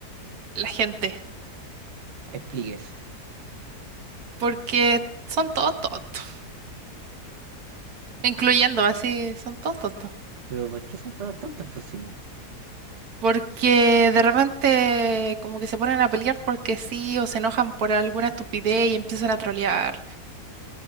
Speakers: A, on the right; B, on the right.
A: la gente,
B: Explíquese.
A: porque son todos tontos, incluyéndome así, son todos tontos.
B: Pero ¿por qué son todos tontos, pues sí?
A: Porque de repente como que se ponen a pelear porque sí o se enojan por alguna estupidez y empiezan a trolear.